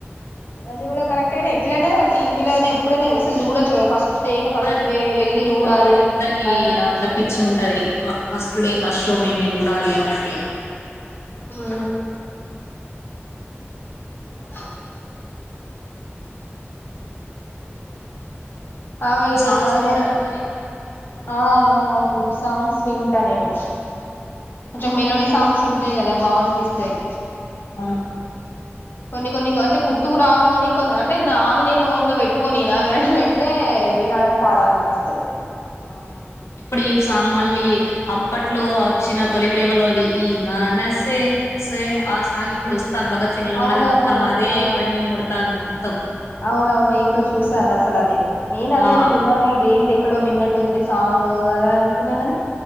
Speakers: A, on the left; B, on the left.
A: అది కూడా కరెక్ట్ గానే ఎట్లైనా టీవీలోనే ఎప్పుడైనా ఇగ అసలు జూడొచ్చు కదా ఫస్ట్ డే
B: చూడ
A: ఫస్ట్ డే వెళ్ళి
B: ఏమో
A: చూడాలి
B: ఇగ అది కొందరికి
A: అ
B: అట్లా పిచ్చి ఉంటది మ ఫస్ట్ డే ఫస్ట్ షో మేమే చూడాలి అన్నట్టిగ
A: ఆ అ అవి ఇగ
B: సాంగ్స్
A: బానే
B: వింటారా మరి
A: ఆ అవును సాంగ్స్ వింటా నేను ఇట్ల మెలోడి సాంగ్స్ ఉంటయి గద బా అనిపిస్తయి
B: ఆ
A: కొన్ని కొన్ని అంటే గుర్తుకు రావు గని కొ అంటే నాది నేను ఓన్ గా వెట్టుకొని ఇనా వినడం ఎడితే వీనాలన్ పాడాలనిపిస్తుంది
B: ఆ ఇప్పుడు ఈ సాంగ్ మళ్ళీ అప్పట్లో వచ్చిన తొలి ప్రేమలోది ఈమాన సే సే ఆ సాంగ్ ఇప్పుడు వ భగత్ సింగ్ లో ఉన్నది
A: అవునవును
B: మొత్త అదే
A: ఆ
B: ట్రెండింగ్ కొడుతాంది మత్తం
A: అవునవును నేను కూడా చూసాను అసలు అదే నేను అదే
B: ఆ
A: అనుకున్నా ఇది ఏ ఎక్కడో విన్నట్టుంది సాంగ్ అలా అనుకున్నా గాని